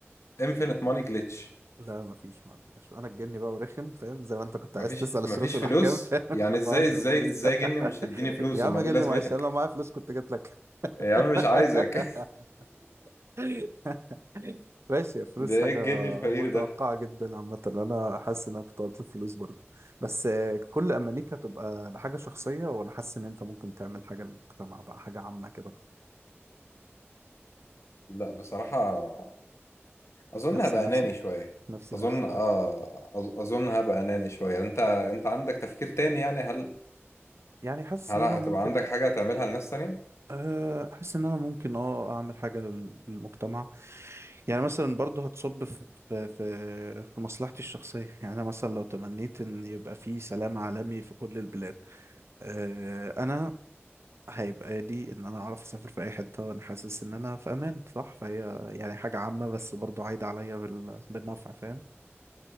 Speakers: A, on the left (about 75°); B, on the right (about 65°).
A: انفينيت ماني جلitch
B: لا ما فيش ما عندناش أنا الجني بقى ورخم فاهم زي ما أنت كنت
A: مفيش
B: عايز تسأل الشروط
A: مفيش
B: والأحكام
A: فلوس
B: فاهم
A: يعني
B: <laughs> لا
A: ازاي
B: بهزر
A: ازاي
B: بهزر
A: ازاي جني
B: <laughs>
A: ومش تديني فلوس
B: يا عم
A: امال
B: جني
A: ايه لازمتك
B: معلش أنا لو معايا فلوس كنت جيت لك
A: يا عم مش عايزك
B: <laughs>
A: <laughs>
B: <laughs> ماشي الفلوس
A: ده ايه
B: حاجة
A: الجن الفقير
B: متوقعة
A: ده
B: جدا عامة أنا حاسس إن أنا كنت قلت الفلوس برضه بس آه، كل أمانيك هتبقى لحاجة شخصية وأنا حاسس إن أنت ممكن تعمل حاجة للمجتمع بقى حاجة عامة كده
A: لا بصراحة اظن
B: نفسي
A: هبقى
B: نفسي
A: اناني شوية
B: نفسي
A: اظن
B: نفسي
A: اه
B: ده
A: أظ- اظن هبقى اناني شوية انت انت عندك تفكير تاني يعني هل
B: <laughs> يعني حاسس
A: هل
B: إن
A: هتبقى
B: أنا ممكن
A: عندك حاجة تعملها لناس تانية
B: آه، حاسس إن أنا ممكن أه أعمل حاجة لل- للمجتمع يعني مثلا برضه هتصب في في في في مصلحتي الشخصية يعني أنا مثلا لو تمنيت إن يبقى في سلام عالمي في كل البلاد آه، انا هيبقى لي ان انا اعرف اسافر في اي حته وانا حاسس ان انا في امان صح فهي يعني حاجه عامه بس برضو عايده عليا بال... بالنفع فاهم